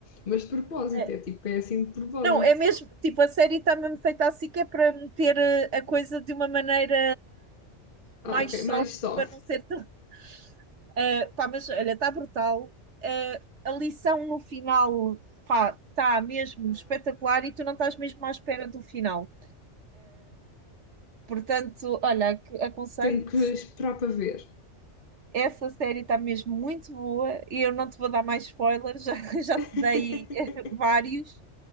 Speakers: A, on the left; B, on the right.
A: Mas de propósito,
B: É.
A: é tipo, é assim de propósito.
B: Não, é mesmo, tipo, a série está mesmo feita assim que é para meter eh, a coisa de uma maneira
A: Ah,
B: mais
A: ok, mais
B: soft,
A: soft.
B: para não ser tão... <laughs> Ah, pá, mas olha, está brutal. Ah, a lição no final, pá, está mesmo
A: <laughs>
B: espetacular e tu não estás mesmo à espera do final. Portanto, olha, ac- aconselho-te.
A: Tenho que esperar para ver.
B: Essa série está mesmo muito boa e eu não te vou dar mais spoilers, <laughs> já, já
A: <laughs>
B: te dei <laughs> vários.